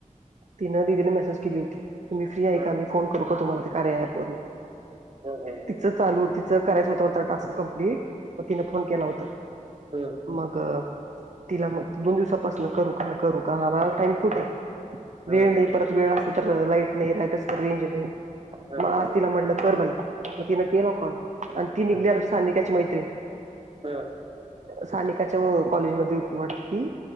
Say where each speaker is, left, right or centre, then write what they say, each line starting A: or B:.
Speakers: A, on the right; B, on the right.
A: तिनं दिदीला मेसेज केली होती. तुम्ही फ्री आहे
B: हा
A: का? मी फोन करू का तुम्हाला त्या कार्या ॲप वरून.
B: हा हा हा
A: तिचं चालू तिचं करायचं होतं होता टास्क कमप्लीट मग तिनं फोन केला होता.
B: हम.
A: मग तिला मग दोन दिवसापासून करू का? करू का? मला टाइम कुठे?
B: हा
A: वेळ नाही, परत वेळ असेल तर लाईट नाही, लाईट असेल तर रेंज नाही.
B: हा हा
A: मग आज
B: हा
A: तिला म्हणलं कर बाई मग तिनं केला कॉल आणि ती निघली
B: अच्छा
A: आमच्या सनिकाची मैत्रीण.
B: हा.
A: सानिकाच्या कॉलेज मध्ये होती वाटत ती